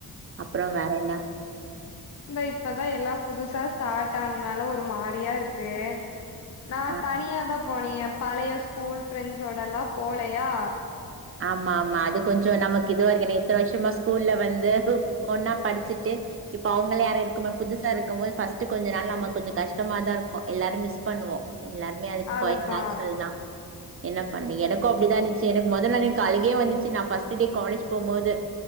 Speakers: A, on the right (about 40°); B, on the left (about 50°).
A: அப்ற வேற என்ன
B: இந்த இப்பதா எல்லா புதுசா ஸ்டார்ட் ஆனனால ஒரு மாரியா இருக்கு நா
A: ஆ
B: தனியாதா போனே எ பழைய ஸ்கூல் ஃப்ரெண்ட்ஸோடல்லா போலயா
A: ஆமா ஆமா அது கொஞ்ச நமக்கு இதுவரைக்கு இத்தன வருஷமா ஸ்கூல்ல வந்து கொண்ணா படிச்சிட்டு இப்ப அவங்கள யாரு இருக்கும்போது புதுசா இருக்கும் போது ஃபஸ்ட் கொஞ்ச நான் நம்ம கொஞ்ச கஷ்டமாதா இருக்கு எல்லாரு மிஸ் பண்ணுவோ எல்லாருமே அது க்கொயட்
B: அதுதா
A: நேச்சுரல்தா என்ன பண்ணு எனக்கு அப்டிதா இருந்துச்சு எனக்கு மொத நாளே எனக்கு அழுகயே வந்துச்சு நா பர்ஸ்டு டே காலேஜ் போம்போது